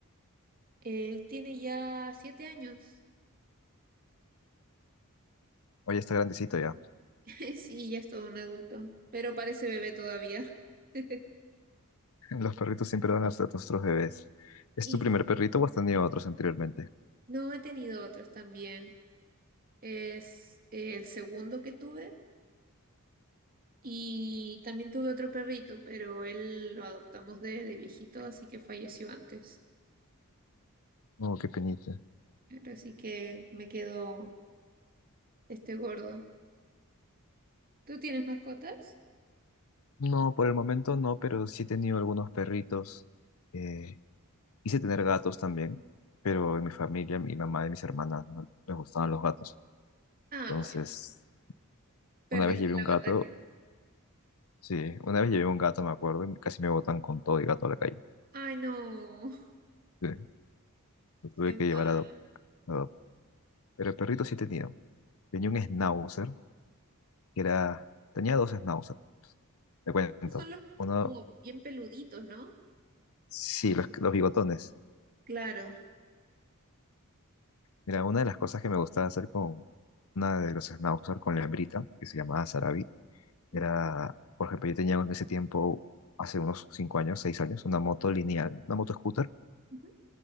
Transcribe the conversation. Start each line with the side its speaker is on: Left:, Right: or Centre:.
Right: Él tiene ya siete años.
Left: Oye, está grandecito ya.
Right: <laughs> Sí, ya es todo un adulto, pero parece bebé todavía. <laughs>
Left: <laughs> Los perritos siempre van a ser nuestros bebés. ¿Es
Right: Y
Left: tu primer perrito o has tenido otros anteriormente?
Right: no he tenido otros también. Es el segundo que tuve. Y también tuve otro perrito, pero él lo adoptamos de, de viejito, así que falleció antes.
Left: Oh, qué penita.
Right: Pero Así que me quedó este gordo. ¿Tú tienes mascotas?
Left: No, por el momento no, pero sí he tenido algunos perritos. Eh, quise tener gatos también, pero en mi familia, mi mamá y mis hermanas no les gustaban los gatos.
Right: Ah,
Left: Entonces,
Right: bueno. ¿Perdiste
Left: una vez llevé
Right: la
Left: un gato
Right: batalla?
Left: Sí, una vez llevé un gato, me acuerdo, y casi me botan con todo y gato a la calle.
Right: Ay, no.
Left: Sí,
Right: <laughs>
Left: lo tuve
Right: Qué mal.
Left: que llevar a adop- a adop- Pero perrito sí tenía. Tenía un schnauzer, que era... Tenía dos schnauzers, te cuento.
Right: Son los
Left: Uno,
Right: como bien peluditos, ¿no?
Left: sí, los, los bigotones.
Right: Claro.
Left: Mira, una de las cosas que me gustaba hacer con una de los schnauzers, con la hembrita, que se llamaba Sarabi, era,
Right: Ujú,
Left: por ejemplo, yo tenía en ese tiempo, hace unos cinco años, seis años, una moto lineal, una moto scooter.
Right: ujú.